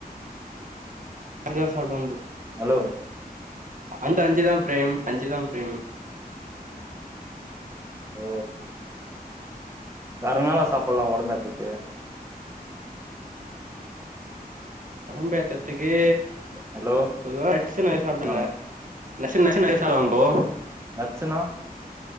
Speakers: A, on the right; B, on the right.
A: அஞ்ச தா சாப்டுவே ப்
B: அலோ
A: அண்ட அஞ்சிதான் பிரேம் அஞ்சிதான் பிரேம்
B: ஓ வேற நாளா சாப்டலாம் உடம்பேத்ரத்துக்கு
A: உடம்பேத்ரத்துக்கு
B: ஹலோ
A: பொதுவா எக்சு நெறய சாப்டுங்க
B: ஆ
A: நச்சு நச்ச நசா வாங்க போோ <unintelligible>
B: நட்சுனா